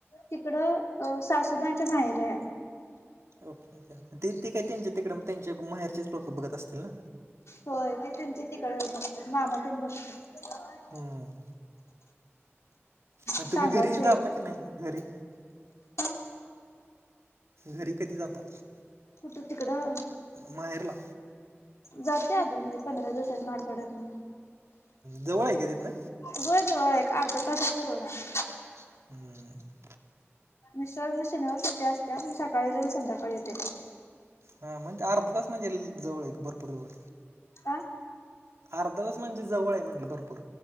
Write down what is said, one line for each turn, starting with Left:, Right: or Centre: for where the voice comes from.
Left: तिकडं सासूबांच्या माहेरे आहे.
Right: ओके ओके ते काय त्यांचे तिकडें मग त्यांचे माहेरचेच लोकं बघत असतील ना.
Left: होय ते त्यांचे तिकड बघतात मामात बघतात.
Right: हम्म मग
Left: सांगावचे
Right: तुम्ही घरी जाता
Left: आहेत.
Right: की नाही घरी.
Left: हा
Right: घरी कधी जातात.
Left: खुठं तिकडं.
Right: माहेरला.
Left: जाते आधीमध्ये पंधरा दिवसात म आठवाड्यात मग.
Right: जवळ आहे काय तिथ ना
Left: हो जवळ एक अर्धा तासाचा रोड आहे.
Right: हम्म.
Left: मिस्टर म शनिवार सुट्या असत्या मग सकाळी जाऊन संध्याकाळी येत.
Right: हा म्हणजे अर्ध तास म्हणजे जवळ एक भरपूर जवळ.
Left: का?
Right: अर्धा तास म्हणजे जवळ आहे म्हटलं भरपूर.